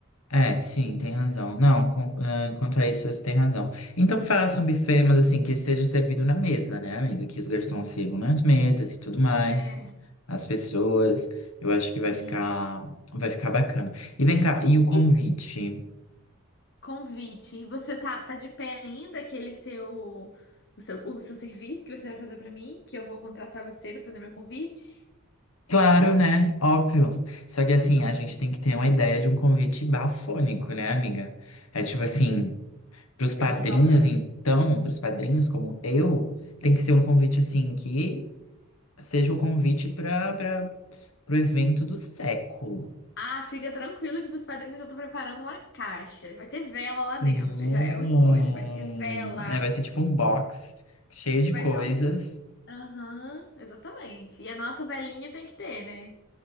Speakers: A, on the left (about 80°); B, on the left (about 55°).
A: É, sim, tem razão. Não, com- é, quanto a isso, você tem razão. Então faça um buffet, mas assim, que seja servido na mesa, né, amiga? Que os garçons sirvam nas mesas e tudo mais.
B: É,
A: As pessoas. Eu acho que vai
B: sim.
A: ficar, vai ficar bacana. E vem cá, e o convite?
B: E Convite. E Você tá, tá de pé ainda aquele seu o seu, o seu serviço que você vai fazer pra mim, que eu vou contratar você pra fazer meu convite?
A: Claro, né? Óbvio. Só que assim,
B: Então,
A: a gente
B: tá.
A: tem que ter uma ideia de um convite bafônico, né, amiga? É tipo assim, pros padrinhos,
B: Tem que causar.
A: então, pros padrinhos como eu, tem que ser um convite assim que seja o convite para para pro evento do século.
B: Ah, fica tranquilo que pros padrinhos eu tô preparando uma caixa. Vai ter vela lá dentro.
A: Hum.
B: Já é o spoiler. Vai ter vela.
A: É, vai ser tipo um box cheio de
B: Vai
A: coisas.
B: ser um. Aham, exatamente. E a nossa velinha tem que ter, né?